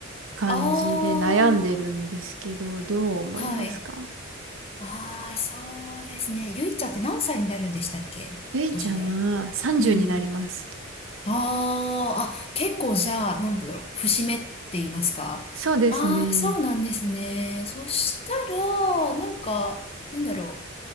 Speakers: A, on the right; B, on the left.
A: 感じで悩んでるんですけど、
B: ああ。
A: どう思いますか
B: はい。ああ、そうですね。ゆいちゃんって何歳になるんでしたっけ年で。
A: ゆいちゃんは30になります。
B: うん。ああ。あ、結構じゃあ、なんだろう。節目って言いますか。
A: そうですね。
B: ああ、そうなんですね。そしたら、なんか、なんだろ